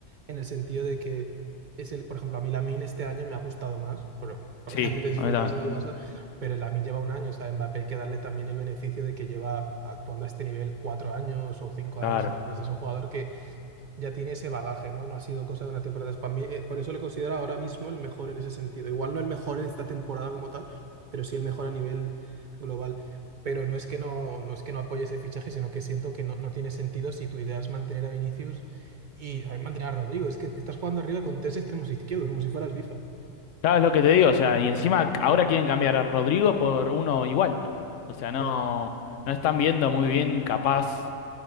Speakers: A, on the right; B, on the left.
A: en el sentido de que es el, por ejemplo, a mí Lamine este año me ha gustado más, pero, <laughs> porque
B: Sí,
A: también lo he disfrutado
B: a mí también.
A: siendo el Barça, pero Lamine lleva un año, o sea, a Mbappé hay que darle también el beneficio de que lleva actuando a este nivel cuatro años o cinco
B: Claro.
A: años, entonces es un jugador que ya tiene ese bagaje, ¿no? No ha sido cosa de una temporada. Es para mí, eh, por eso le considero ahora mismo el mejor en ese sentido. Igual no el mejor en esta temporada como tal, pero sí el mejor a nivel global. Pero no es que no, no es que no apoye ese fichaje, sino que siento que no, no tiene sentido si tu idea es mantener a Vinicius y también mantener a Rodrigo. Es que estás jugando arriba con tres extremos izquierdos, como si fuera el FIFA.
B: ¿Sabes lo que te digo? O sea, y encima ahora quieren cambiar a Rodrigo por uno igual. O sea, no,
A: Mm,
B: no están viendo muy bien capaz.